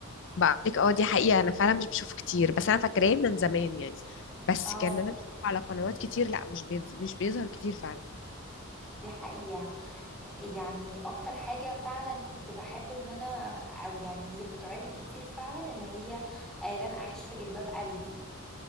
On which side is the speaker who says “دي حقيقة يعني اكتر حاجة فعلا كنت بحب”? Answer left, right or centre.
Centre